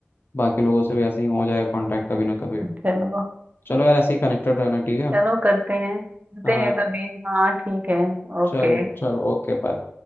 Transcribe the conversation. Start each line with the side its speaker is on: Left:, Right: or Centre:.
Left: बाकी लोगों से भी ऐसे ही हो जाए कांटेक्ट कभी ना कभी
Right: चलो
Left: चलो यार ऐसे ही कनेक्टेड रहना ठीक है
Right: चलो करते हैं मिलते
Left: हाँ
Right: हैं कभी हाँ ठीक है ओके
Left: चलो चलो ओके बाय